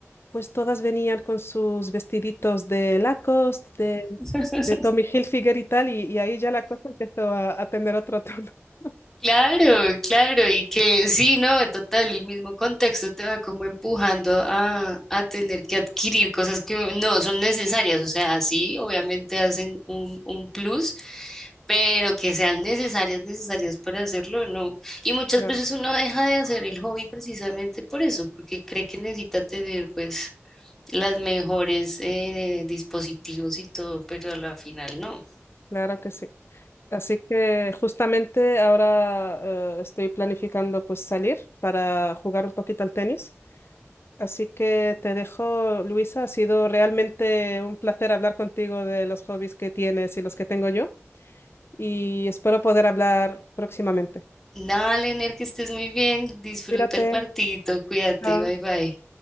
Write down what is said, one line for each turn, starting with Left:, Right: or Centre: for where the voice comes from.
Left: Pues todas venían con sus vestiditos de Lacoste, de,
Centre: <laughs>
Left: de Tommy Hilfiger y tal, y, y ahí ya la cosa empezó a, a tener otro tono. <laughs>
Centre: Claro, claro, y que sí, no, en total, el mismo contexto te va como empujando a, a tener que adquirir cosas que no son necesarias, o sea, sí, obviamente hacen un, un plus, pero que sean necesarias, necesarias para hacerlo, no. Y muchas
Left: Claro,
Centre: veces uno deja de hacer el hobby precisamente por eso, porque cree que necesita tener pues las mejores eh, dispositivos y todo, pero a la final no.
Left: claro que sí. Así que justamente ahora eh, estoy planificando pues salir para jugar un poquito al tenis. Así que te dejo, Luisa. Ha sido realmente un placer hablar contigo de los hobbies que tienes y los que tengo yo. Y espero poder hablar próximamente.
Centre: Dale, Ner, que estés muy bien. Disfruta
Left: Cuídate.
Centre: el partidito. Cuídate.
Left: Chao.
Centre: Bye bye.